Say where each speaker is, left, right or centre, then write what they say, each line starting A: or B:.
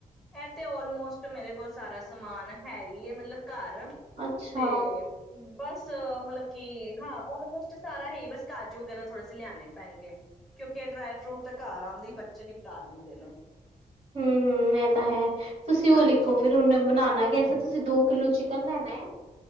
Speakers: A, in the centre; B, on the right.
A: ਇਹ ਤੇੇ ਆਲਮੋਸਟ ਮੇਰੇ ਕੋਲ ਸਾਰਾ ਸਮਾਨ ਹੈ ਹੀ ਹੈ ਮਤਲਬ ਘਰ
B: ਅੱਛਾ
A: ਤੇ ਹਮ ਬਸ ਮਤਲਬ ਕੀ ਹਾਂ ਆਲਮੋਸਟ ਸਾਰਾ ਹੀ ਹੈ ਬਸ ਕਾਜੂ ਵਗੈਰਾ ਥੋੜੇ ਲਿਆਣੇ ਪੈਣਗੇ ਕਿਉਂ ਕੇ ਡਰਾਈ ਫਰੂਟ ਤੇ ਘਰ ਆਉਂਦੇਂ ਹੀ ਬੱਚਨੇ ਤਾਰਨ ਦੇ ਨੇ
B: ਹਮ-ਹਮ ਇਹ ਤਾਂ ਹੈ ਤੁਸੀਂ ਉਹ
A: ਹਾਂਜੀ
B: ਲਿਖੋ ਫਿਰ ਹੁਣ ਬਣਾਉਣਾ ਕੈਸੇ ਤੁਸੀਂ ਦੋ ਕਿਲੋ ਚੀ ਕਰਨਾ ਨੈ